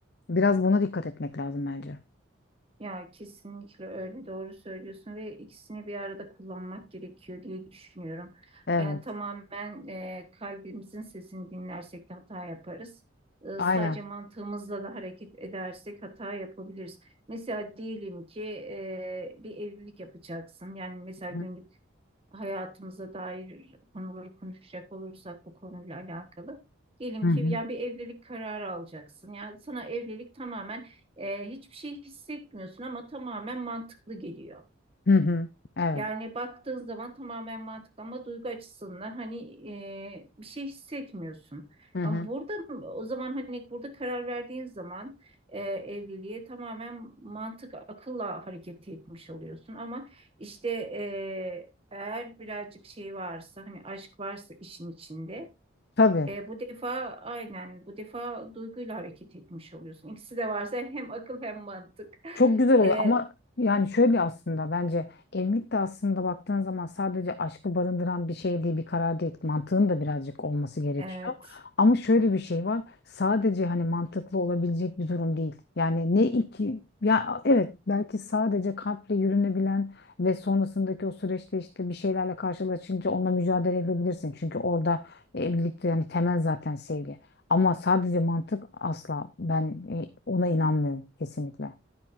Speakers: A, on the left; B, on the right.
A: biraz buna dikkat etmek lazım bence.
B: Ya kesinlikle öyle doğru söylüyorsun ve ikisini bir arada kullanmak gerekiyor diye düşünüyorum.
A: Evet.
B: Ee, tamamen e, kalbimizin sesini dinlersek de hata yaparız. Ee,
A: Aynen.
B: sadece mantığımızla da hareket edersek hata yapabiliriz. Mesela diyelim ki e, bir evlilik yapacaksın. Yani mesela günlük
A: Hı hı.
B: hayatımıza dair konuları konuşacak olursak bu konuyla alakalı. Diyelim
A: Hı hı.
B: ki yani bir evlilik kararı alacaksın. Yani sana evlilik tamamen e, hiçbir şey hissetmiyorsun ama tamamen mantıklı geliyor.
A: Hı hı. Evet.
B: Yani baktığın zaman tamamen mantıklı ama duygu açısından hani e, bir şey hissetmiyorsun.
A: Hı
B: Ama
A: hı.
B: burada o zaman hani burada karar verdiğin zaman e, evliliğe tamamen mantık akılla hareket etmiş oluyorsun. Ama işte e, eğer birazcık şey varsa hani aşk varsa işin içinde
A: Tabii.
B: e, bu defa aynen bu defa duyguyla hareket etmiş oluyorsun. İkisi de varsa hem akıl hem mantık. <laughs>
A: Çok güzel oluyor
B: E,
A: ama yani şöyle aslında bence evlilik de aslında baktığın zaman sadece aşkı barındıran bir şey değil, bir karar değil. Mantığın da birazcık olması gerekiyor.
B: evet.
A: Ama şöyle bir şey var. Sadece hani mantıklı olabilecek bir durum değil. Yani ne iki ya evet belki sadece kalple yürünebilen ve sonrasındaki o süreçte işte bir şeylerle karşılaşınca onunla mücadele edebilirsin. Çünkü orada evlilikte yani temel zaten sevgi. Ama sadece mantık asla ben e, ona inanmıyorum kesinlikle.